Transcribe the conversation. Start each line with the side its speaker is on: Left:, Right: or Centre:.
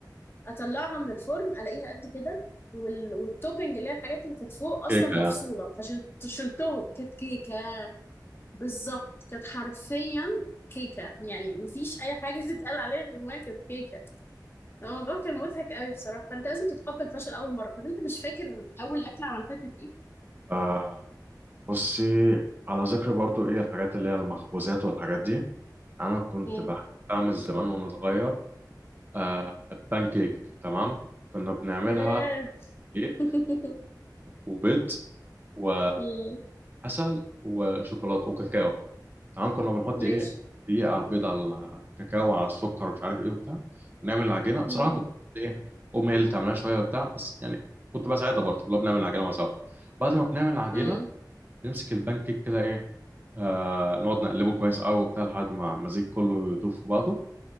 Left: اطلعها من الفرن الاقيها قد كده وال... والتوبنج اللي هي الحاجات اللي كانت فوق اصلا
Right: كيكة
Left: مفصوله
Right: يعني
Left: فشلتهم كانت كيكه بالظبط كانت حرفيا كيكه يعني مفيش اي حاجه تتقال عليها غير انها كانت كيكه الموضوع كان مضحك قوي بصراحه فانت لازم تتقبل فشل اول مره طب انت مش فاكر اول اكله عملتها كانت ايه؟
Right: آه بصي على ذكر برضو ايه الحاجات اللي هي المخبوزات والحاجات دي انا كنت
Left: مم.
Right: بحب اعمل زمان وانا صغير آه بان كيك تمام كنا بنعملها
Left: ياه.
Right: دقيق
Left: <laughs>
Right: وبيض و
Left: مم.
Right: عسل وشوكولاته وكاكاو تمام كنا بنحط
Left: ماشي
Right: ايه دقيقه على البيض على الكاكاو على السكر ومش عارف ايه وبتاع ونعمل العجينه بصراحه
Left: مم.
Right: كنت ايه امي هي اللي تعملها شويه وبتاع بس يعني كنت بساعدها برضه كنا بنعمل العجينه مع سوا بعد ما بنعمل العجينه
Left: مم.
Right: نمسك البان كيك كده ايه آه نقعد نقلبه كويس قوي وبتاع لحد ما المزيج كله يدوب في بعضه